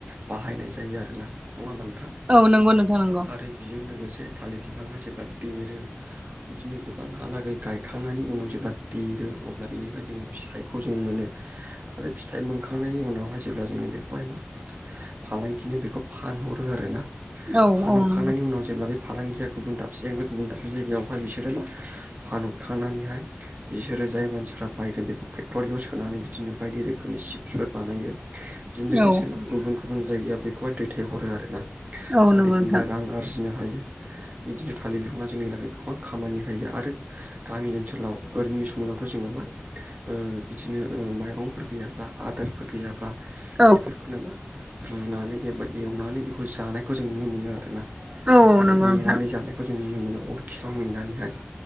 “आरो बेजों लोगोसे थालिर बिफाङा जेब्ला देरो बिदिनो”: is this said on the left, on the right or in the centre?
Right